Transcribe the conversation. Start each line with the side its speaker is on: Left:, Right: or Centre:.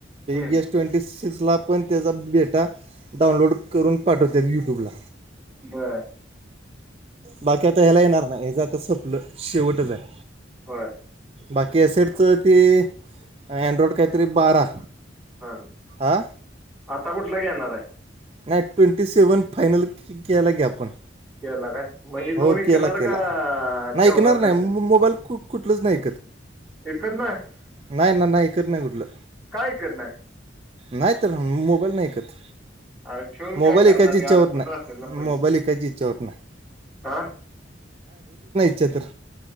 Centre: बरं
Right: गेस ट्वेंटी सिक्सला पण त्याचा बेटा डाउनलोड करून. पाठवत्याय युट्यूबला.
Centre: बर.
Right: बाकी आता ह्याला येणार नाही हेच आता सपलं शेवटच आहे.
Centre: होय
Right: बाकी अससेटचं
Centre: हा.
Right: ते अँड्रॉइड काहीतरी बारा.
Centre: हा
Right: हां
Centre: आता कुठला घेणार आहे?
Right: नाही ट्वेंटी सेव्हन फायनल केला की आपण.
Centre: केला काय मग ही
Right: हो
Centre: दोन विकणार
Right: केला केला
Centre: का
Right: नाही
Centre: ठेवणार
Right: ऐकणार नाही
Centre: तसेच
Right: मोबाईल कुठलच नाही.
Centre: विकत नाही
Right: नाही नाही ऐकत नाही कुठलं.
Centre: काय विकत नाही
Right: नाही तर मोबाईल नाही ऐकत.
Centre: अरे ठेवून काय
Right: मोबाईल ईकायची
Centre: करणार
Right: इच्छा
Centre: ते अडकून
Right: होत नाही,
Centre: राहतात ना पैसे
Right: मोबाईल ईकायची इच्छा होत नाही.
Centre: हा.
Right: अच्छा तर